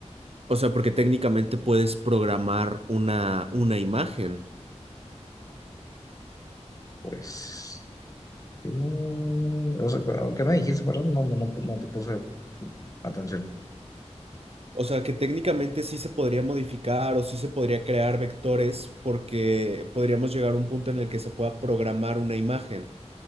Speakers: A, on the right; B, on the left.
A: O sea, porque técnicamente puedes programar una, una imagen.
B: Pues, sí, o sea, ¿qué me dijiste? Perdón, no, no, no, no te puse atención.
A: O sea, que técnicamente sí se podría modificar o sí se podría crear vectores porque podríamos llegar a un punto en el que se pueda programar una imagen.